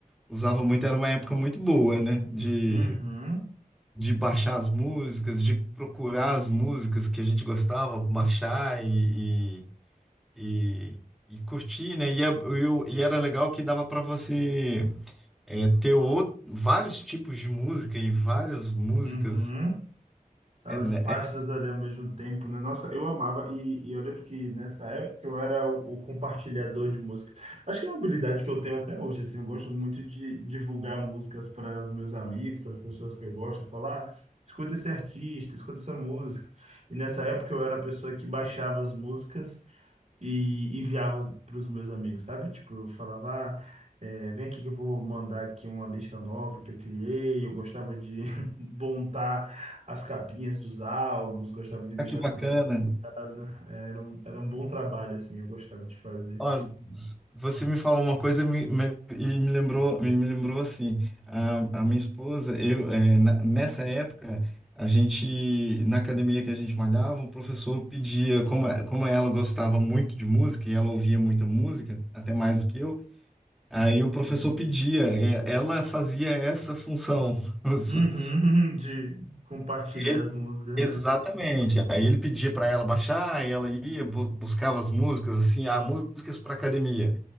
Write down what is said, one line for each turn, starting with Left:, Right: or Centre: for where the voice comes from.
Centre: usava muito, era uma época muito boa, né? De,
Right: uhum,
Centre: de baixar as músicas, de procurar as músicas que a gente gostava, baixar e, e, e, e curtir, né? E, a- e, o- e era legal que dava para você. É, ter outro, vários tipos de música e várias músicas.
Right: uhum. Várias
Centre: É, né?
Right: pastas ali ao mesmo tempo, né? Nossa, eu amava. E, e eu lembro que nessa época eu era o, o compartilhador de música. Acho que é uma habilidade que eu tenho até hoje, assim. Eu gosto muito de divulgar músicas para os meus amigos, para as pessoas que eu gosto, falar, "Ah, escuta esse artista, escuta essa música. E nessa época eu era a pessoa que baixava as músicas e enviava para os meus amigos, sabe? Tipo, eu falava, ah, é, vem aqui que eu vou mandar aqui uma lista nova que eu criei. Eu gostava de <laughs> montar as capinhas dos álbuns, gostava de deixar
Centre: é que bacana.
Right: tudo organizado. Era um, era um bom trabalho, assim, eu gostava de fazer.
Centre: Ó, s- você me falou uma coisa me- me- e me lembrou, me, me lembrou assim, a, a minha esposa, eu, é, na- nessa época, a gente, na academia que a gente malhava, o professor pedia, como, é- como ela gostava muito de música e ela ouvia muita música, até mais do que eu, aí o professor pedia, é, ela fazia essa função. <laughs>
Right: Uhum, <laughs> de compartilhar
Centre: Sua.
Right: as músicas,
Centre: Exatamente.
Right: né?
Centre: Aí ele pedia para ela baixar, e ela ia, bu- buscava as músicas, assim, ah, músicas para academia.